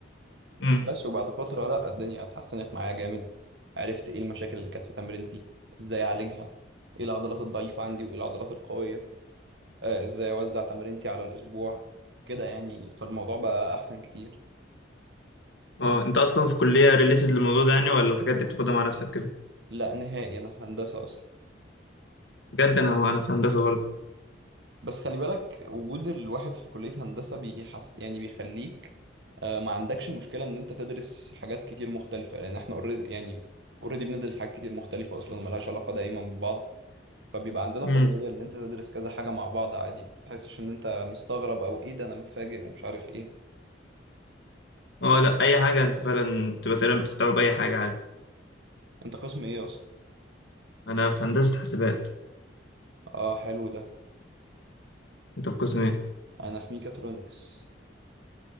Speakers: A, on the left (about 75°); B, on the right (about 70°).
A: مم.
B: بس وبعد فترة لا الدنيا اتحسنت معايا جامد عرفت ايه المشاكل اللي كانت في تمرينتي ازاي اعالجها ايه العضلات الضعيفة عندي وايه العضلات القوية آه، ازاي اوزع تمرينتي على الاسبوع كده يعني فالموضوع بقى احسن كتير
A: اه انت اصلا في كليه ريليتد للموضوع ده يعني ولا الحاجات دي بتاخدها مع نفسك كده
B: لا نهائي انا في هندسة اصلا
A: بجد انا انا في هندسه برضه
B: بس خلي بالك وجود الواحد في كلية هندسة بيحس يعني بيخليك آه، ما عندكش مشكلة ان انت تدرس حاجات كتير مختلفة لان احنا اوريدي يعني اوريدي بندرس حاجات كتير مختلفة اصلا وملهاش علاقة دايما ببعض فبيبقى عندنا
A: مم.
B: قابلية ان انت تدرس كذا حاجة مع بعض عادي ما بتحسش ان انت مستغرب او ايه ده انا متفاجئ ومش عارف ايه
A: اه لا اي حاجه انت فعلا بتبقى تقريبا بتستوعب اي حاجه عادي
B: انت قسم ايه اصلا
A: انا في هندسه حاسبات
B: اه حلو ده
A: انت في قسم ايه
B: انا في ميكاترونكس